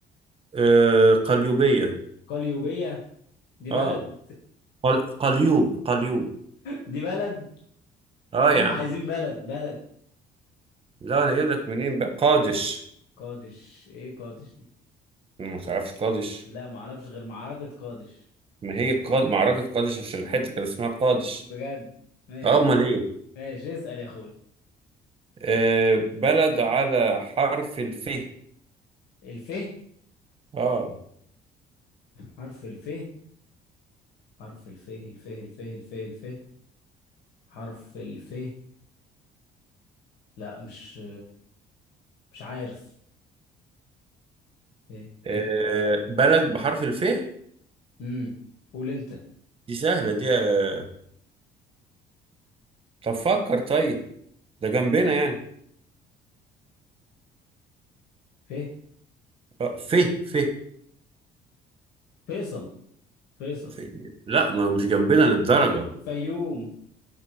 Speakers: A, on the right; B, on the left.
A: آه قليوبية
B: قليوبية دي بلد
A: اه قل... قليوب قليوب
B: دي بلد
A: اه
B: يا عم
A: يا عم
B: عايزين بلد بلد
A: لا أنا جايب لك منين بقى قادش
B: قادش ايه قادش دي
A: ما تعرفش قادش
B: لا معرفش غير معركة قادش
A: ما هي قاد... معركة قادش عشان الحتة كان اسمها قادش
B: بجد ماشي
A: اه امال
B: يا سيدي
A: ايه
B: ماشي اسأل يا اخوي
A: آه، بلد على حرف الف
B: الف
A: اه
B: حرف الف حرف الف الف الف الف الف حرف الف لا مش مش عارف ف
A: آه،
B: ف
A: بلد بحرف الف
B: امم قول انت
A: دي سهلة دي آه، طب فكر طيب ده جنبنا
B: لا
A: يعني
B: ف
A: آه، ف ف
B: فيصل فيصل
A: ف- لا ما مش جنبنا للدرجة
B: في... فيوم